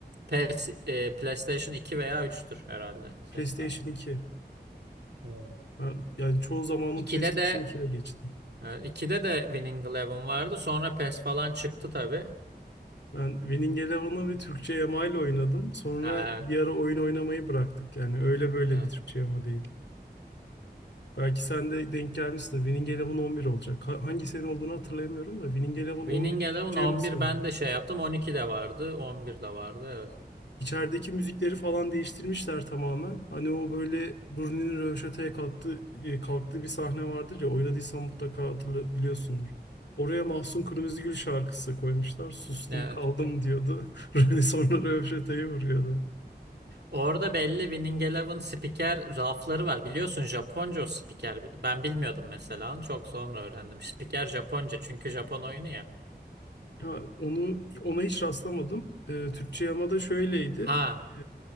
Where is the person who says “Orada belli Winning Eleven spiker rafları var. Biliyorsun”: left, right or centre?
Right